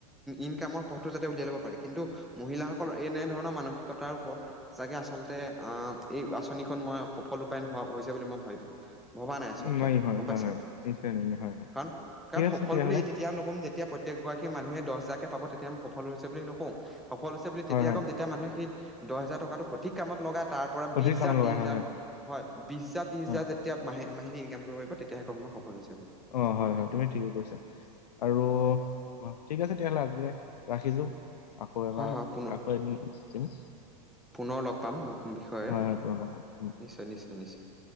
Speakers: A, in the centre; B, on the left.
A: ইনকাম মৰ পথটো যাতে উলিয়াই লব পাৰে, কিন্তু মহিলাসকল এনে ধৰণৰ মানসিকতাৰ ওপৰত চাগে আচলতে আ' এই আঁচনিখন মই সফল ৰূপায়ণ হোৱা হৈছে বুলি মই ভাবিম। ভবা নাই আচলতে
B: নোৱাৰিম হয়,
A: গম
B: হয়,
A: পাইছা
B: হয়, নিশ্চয় নোৱাৰিম হয়, হয়,
A: কাৰণ, কাৰণ
B: ঠিক আছে
A: সফল
B: তেতিয়াহ'লে
A: বুলি তেতিয়া নকম যে তেতিয়া প্ৰত্যক গৰাকী মানুহে দছ হাজাৰকে পাব, তেতিয়া মই সফল হৈছে বুলি নকওঁ। সফল হৈছে বুলি
B: হয়,
A: তেতিয়া
B: হয়,
A: ক'ম, যেতিয়া মানুহে সেই দহ হাজাৰ টকাটো সঠিক কামত লগায়। তাৰ পৰা
B: সঠিক
A: বিশ হাজাৰ,
B: কামত লগাই
A: ত্ৰিশ
B: হয়,
A: হাজাৰ
B: হয়,
A: হয় বিশ হাজাৰ ত্ৰিশ
B: হয়,
A: হাজাৰ যেতিয়া মাহে- মাহিলী ইনকাম কৰিব পাৰিব তেতিয়া কম মই সফল হৈছে। বুলি।
B: অ' হয় হয় তুমি ঠিকে কৈছা আৰু ঠিক আছে তেতিয়াহলে আজিলে ৰাখিছো। আকৌ এবাৰ
A: হয় হয় পুনৰ
B: আকো এদিন।
A: পুনৰ লগ পাম নতুন বিষয়েৰে
B: হয়, পুনৰ লগ পাম। উম।
A: নিশ্চয়, নিশ্চয়, নিশ্চয়।